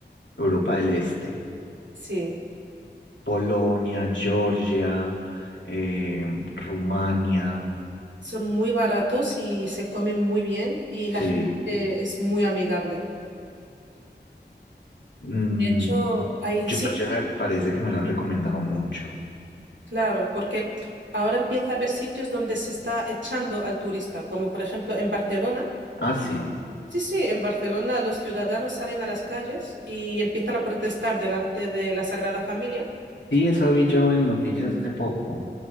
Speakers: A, on the left (about 80°); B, on the right (about 80°).
A: Europa del Este,
B: Sí,
A: Polonia, Georgia, eh, Rumania,
B: son muy baratos y se comen muy bien y
A: sí.
B: la gente es muy amigable.
A: Mm,
B: De hecho, hay
A: Georgia
B: sitios,
A: me parece que me lo han recomendado mucho.
B: claro, porque ahora empieza a haber sitios donde se está echando al turista, como por ejemplo en Barcelona.
A: Ah, sí.
B: Sí, sí, en Barcelona los ciudadanos salen a las calles y empiezan a protestar delante de la Sagrada Familia
A: Sí, eso vi yo en noticias hace poco.